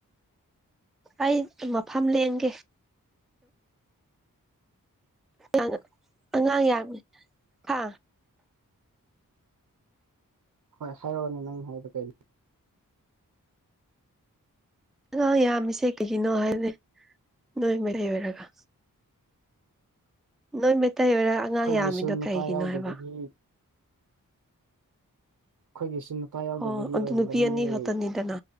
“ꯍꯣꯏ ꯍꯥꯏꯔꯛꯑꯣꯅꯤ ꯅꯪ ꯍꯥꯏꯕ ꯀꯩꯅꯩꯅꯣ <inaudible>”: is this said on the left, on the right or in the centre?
Right